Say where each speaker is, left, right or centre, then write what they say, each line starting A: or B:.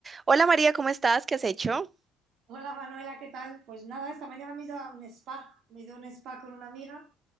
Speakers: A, on the right; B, on the right.
A: Hola María, ¿cómo estás? ¿Qué has hecho?
B: Hola Manuela, ¿qué tal? Pues nada, esta mañana me he ido a un spa, me he ido a un spa con una amiga